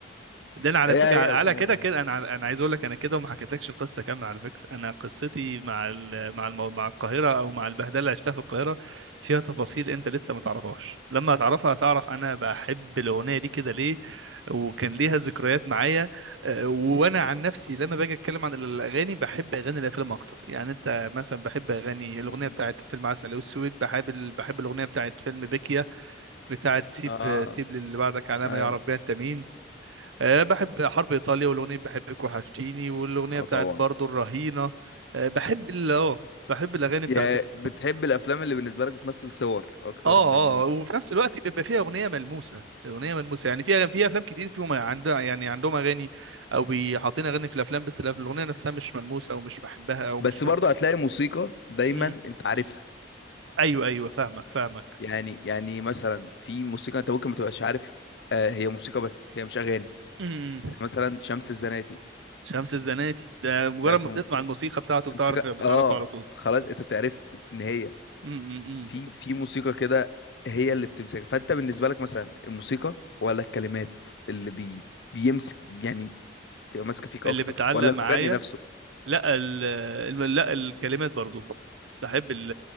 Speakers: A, on the left; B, on the right.
A: <laughs>
B: ده انا على
A: هي
B: فكره
A: هي
B: على
A: اغنيه
B: كده كده انا على- انا عايز اقول لك انا كده وما حكيتلكش القصه كامله على فكره انا قصتي مع ال... مع المو... مع القاهره او مع البهدله اللي عشتها في القاهره فيها تفاصيل انت لسه ما تعرفهاش لما هتعرفها هتعرف انا بحب الاغنيه دي كده ليه وكان ليها ذكريات معايا أه، وانا عن نفسي لما باجي اتكلم عن الاغاني بحب اغاني الافلام اكتر يعني انت مثلا بحب اغاني الاغنيه
A: مم.
B: بتاعت فيلم عسل اسود بحب ال- بحب الاغنيه بتاعت فيلم بيكيا بتاعت سيب
A: اه
B: سيب للي بعدك علامه
A: أيوة.
B: يعرف بيها انت مين أه بحب حرب إيطاليا والأغنية بحبك وحشتيني والأغنية
A: اه
B: بتاعت
A: طبعا
B: برضو الرهينة أه بحب ال اه بحب الأغاني بتاعت
A: يعني
B: ال
A: بتحب الافلام اللي بالنسبه لك بتمثل صور اكتر
B: اه اه
A: من
B: آه، وفي نفس الوقت بيبقى فيها أغنية ملموسة أغنية ملموسة يعني فيها في أفلام كتير فيهم عندها يعني عندهم أغاني أو بيحاطين أغاني في الأفلام بس الأغنية نفسها مش ملموسة أو مش بحبها أو
A: بس
B: مش
A: برضه هتلاقي موسيقى دايما
B: مم.
A: انت عارفها
B: أيوه أيوه فاهمك فاهمك
A: يعني يعني مثلا في موسيقى انت ممكن ما تبقاش عارف آه هي موسيقى بس هي مش اغاني
B: مم.
A: زي مثلا شمس الزناتي
B: شمس الزناتي ده مجرد
A: تعرف
B: ما
A: الموسيقى
B: بتسمع الموسيقى بتاعته بتعرف
A: الموسيقى-
B: بتعرفه
A: اه
B: على طول
A: خلاص انت بتعرف ان هي
B: مم. مم. مم.
A: في في موسيقى كده هي اللي بتمسكك فانت بالنسبه لك مثلا الموسيقى ولا الكلمات اللي بي بيمسك يعني تبقى ماسكه فيك
B: اللي
A: اكتر
B: بتعلق
A: ولا
B: معايا
A: المغني نفسه
B: لا ال الم- لا الكلمات برضو بحب ال